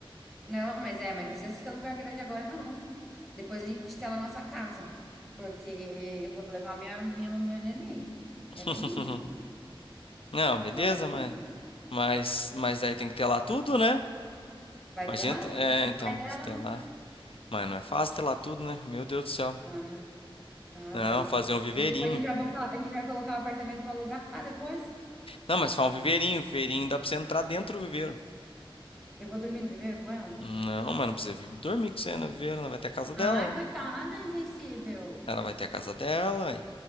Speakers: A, in the centre; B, on the left.
A: Não, mas é, mas não precisa ser lugar grande agora, não. Depois a gente tem lá a nossa casa. Porque eu vou levar minha, minha, meu neném.
B: <laughs>
A: Ela é minha.
B: Não, beleza,
A: Ela vai comigo.
B: mas, mas, mas aí tem que ter lá tudo, né?
A: Vai
B: Imagina,
A: ter lá?
B: t- é,
A: Você é o
B: então,
A: pai
B: mas
A: dela?
B: ter lá. Mas não é fácil ter lá tudo, né? Meu Deus do céu.
A: Ah, ah,
B: Não,
A: mãe.
B: fazer um viveirinho.
A: E depois a gente vai botar- a gente vai colocar o apartamento para alugar depois.
B: Não, mas faz um viveirinho, viveirinho dá pra você entrar dentro do viveiro.
A: Eu vou dormir no viveiro com ela?
B: Não, mas não precisa vir dormir com você, Ana Viveira. Ela Vai ter a casa dela,
A: Ai, coitada,
B: né?
A: insensível.
B: Ela vai ter a casa dela. e